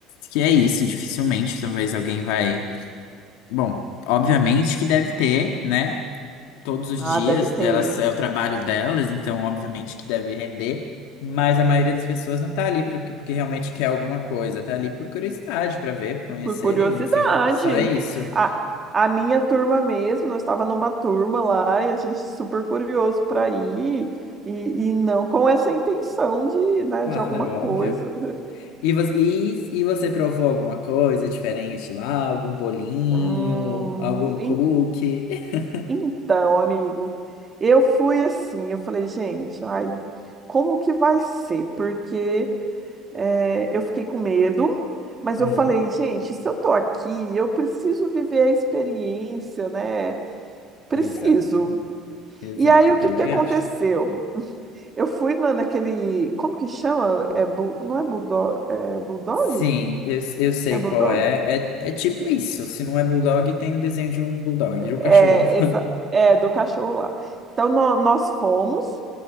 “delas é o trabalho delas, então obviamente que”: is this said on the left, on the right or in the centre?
Left